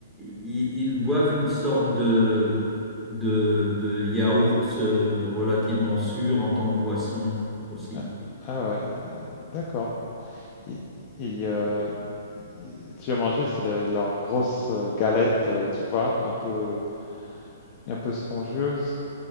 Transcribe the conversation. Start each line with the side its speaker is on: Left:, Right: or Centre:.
Centre: i- ils, boivent une sorte de, de, de yaourt euh, relativement sûr en tant que boisson aussi.
Left: Ah ah ouais, d'accord. Et, et, euh, tu as mangé, c'est le- leur grosse euh, galette, euh, tu vois, un peu, un peu spongieuse.